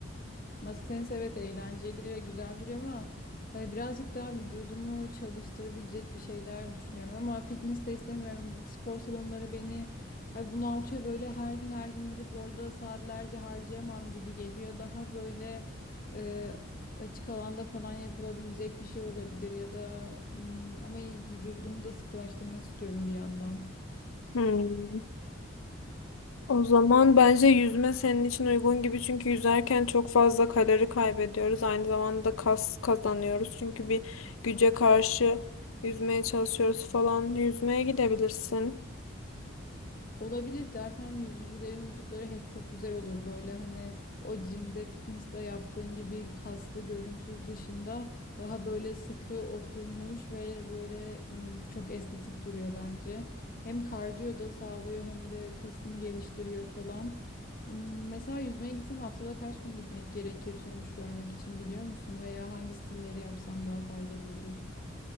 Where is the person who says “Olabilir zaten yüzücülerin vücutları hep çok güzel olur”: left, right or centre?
Left